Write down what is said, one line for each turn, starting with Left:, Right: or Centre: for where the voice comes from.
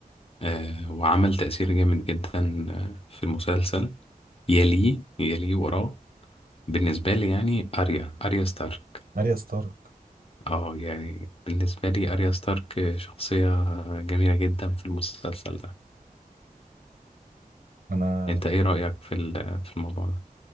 Left: آه، وعمل تأثير جامد جدا آه، في المسلسل يليه يليه وراه بالنسبة لي يعني أريا أريا ستارك
Right: اريا ستارك
Left: اه يعني بالنسبة لي أريا ستارك شخصية جميلة جدا في المسلسل ده
Right: انا
Left: انت ايه رأيك في ال- في الموضوع ده